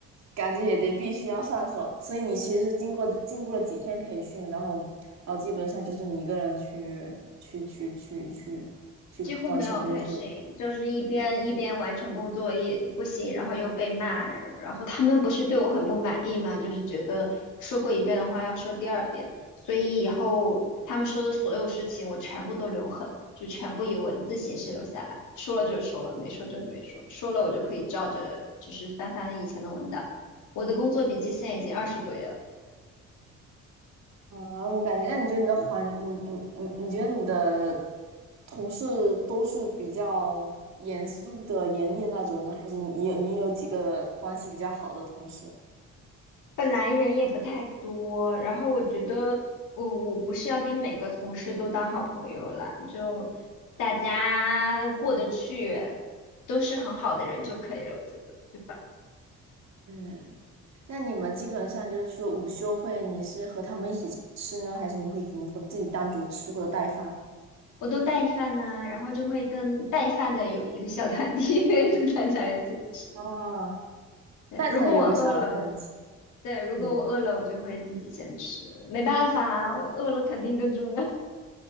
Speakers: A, on the right; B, on the left.
A: 感觉也得必须要上手，所以你其实是经过经过了几天培训，然后然后基本上就是你一个人去去去去去去完成工作。
B: 几乎没有培训，就是一边一边完成工作一不行，然后又被骂，然后他们不是对我很不满意嘛，就是觉得说过一遍的话要说第二遍，所以以后他们说的所有事情我全部都留痕，就全部以文字形式留下来，说了就说了，没说就没说，说了我就可以照着就是翻翻以前的文档。我的工作笔记现在已经二十多页了。
A: 啊，我感觉，那你觉得你的环，你你你你觉得你的同事都是比较严肃的、严厉的那种呢，还是你有你也有几个关系比较好的同事？
B: 本来人也不太多，然后我觉得我我不是要跟每个同事都当好朋友了，就大家过得去，都是很好的人就可以了，我觉得，对吧？
A: 嗯，那你们基本上就是说午休会，你是和他们一起吃呢，还是你会怎么说自己单独吃或者带饭？
B: 我都带饭呢，然后就会跟带饭的有一个小团体 <laughs> 大家一起吃。
A: 啊，
B: 对，
A: 带汤也有个小饭局，
B: 如果我饿了，对，如果我饿了，
A: 嗯。
B: 我就会自己先吃，没办法啊，我饿了肯定更重要。